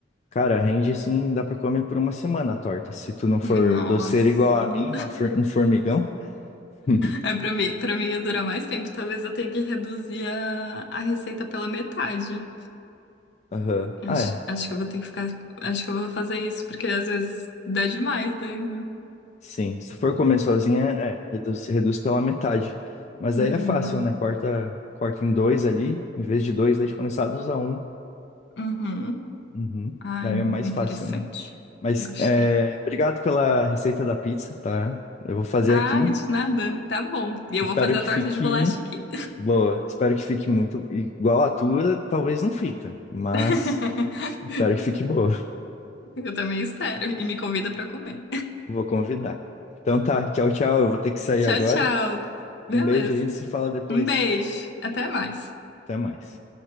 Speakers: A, on the left (about 40°); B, on the left (about 65°).
A: cara, rende assim, dá pra comer por uma semana a torta, se tu não for
B: Nossa.
A: doceiro igual a mim, uma for- um formigão. <laughs>
B: É, pra mim, pra mim ia durar mais tempo. Talvez eu tenha que reduzir a, a receita pela metade.
A: Aham.
B: Acho,
A: Ah, é.
B: acho que eu vou ter que ficar. Acho que eu vou fazer isso, porque às vezes dá demais daí, né?
A: Sim, se for comer sozinha, é, reduz, reduz pela metade. Mas
B: Uhum,
A: aí é fácil, né? Corta, corta em dois ali, em vez de dois leite condensado, usa um.
B: uhum.
A: Uhum.
B: Ai,
A: Daí é mais
B: interessante.
A: fácil, né? Mas
B: Gostei.
A: é, obrigado pela receita da pizza, tá? Eu vou fazer
B: Ai,
A: aqui.
B: de nada. Tá bom. E eu
A: Espero
B: vou fazer
A: que
B: a torta
A: fique
B: de bolacha aqui.
A: boa. Espero que fique muito igual a tua, talvez não fica, mas
B: <laughs>
A: espero que fique boa. <laughs>
B: Eu também espero. E me convida pra comer.
A: Vou convidar. Então tá, tchau, tchau. Eu vou ter que sair
B: Tchau,
A: agora.
B: tchau. Beleza.
A: Um beijo, a gente se fala depois.
B: Um beijo. Até mais.
A: Até mais.